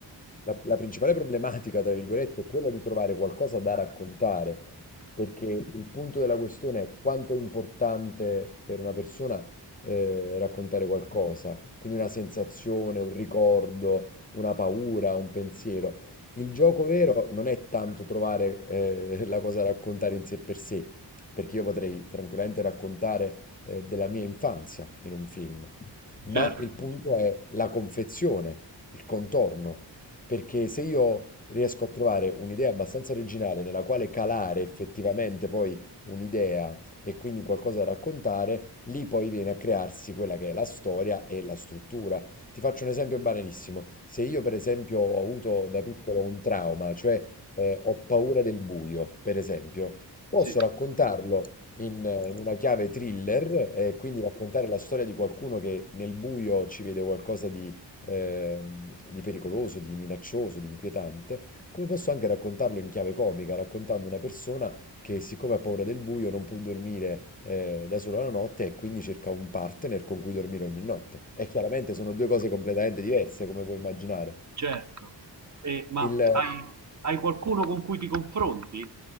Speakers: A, on the left (about 20°); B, on the right (about 40°).
A: la, la principale problematica, tra virgolette, è quella di trovare qualcosa da raccontare, perché il punto della questione è quanto è importante per una persona eh, raccontare qualcosa, quindi una sensazione, un ricordo, una paura, un pensiero. Il gioco vero non è tanto trovare eh, la cosa da raccontare in sé per sé, perché io potrei tranquillamente raccontare eh, della mia infanzia in un film, ma
B: Certo,
A: il punto è la confezione, il contorno, perché se io riesco a trovare un'idea abbastanza originale nella quale calare effettivamente poi un'idea e quindi qualcosa da raccontare, lì poi viene a crearsi quella che è la storia e la struttura. Ti faccio un esempio banalissimo. Se io per esempio ho avuto da piccolo un trauma, cioè eh, ho paura del buio, per esempio, Posso
B: sì.
A: raccontarlo in, in una chiave thriller e quindi raccontare la storia di qualcuno che nel buio ci vede qualcosa di, ehm, di pericoloso, di minaccioso, di inquietante, come posso anche raccontarlo in chiave comica, raccontando una persona che siccome ha paura del buio non può dormire eh, da sola la notte e quindi cerca un partner con cui dormire ogni notte. E chiaramente sono due cose completamente diverse, come puoi immaginare.
B: Certo. E, ma
A: Il,
B: hai, hai qualcuno con cui ti confronti?